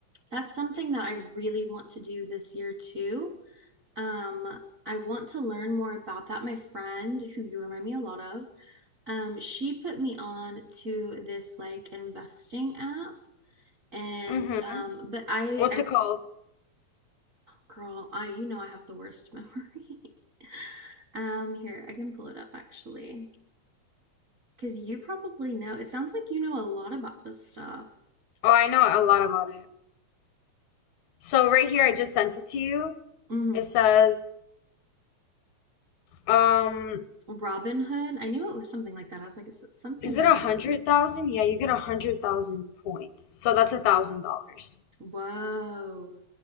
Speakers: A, on the right; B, on the left.
A: that's something that I really want to do this year too. Um, I want to learn more about that. My friend, who you remind me a lot of, um, she put me on to this like investing app And
B: Mm-hmm.
A: um, but I,
B: What's
A: I,
B: it called?
A: girl, I, you know, I have the worst memory. <laughs> Um, here, I can pull it up actually, because you probably know. It sounds like you know a lot about this stuff.
B: Oh, I know a lot about it. So right here I just sent it to you.
A: hmm
B: It says um
A: Robin Hood. I knew it was something like that. I was like, is it something
B: is
A: like,
B: it a hundred thousand? Yeah, you get a hundred thousand points. So that's a thousand dollars.
A: whoa.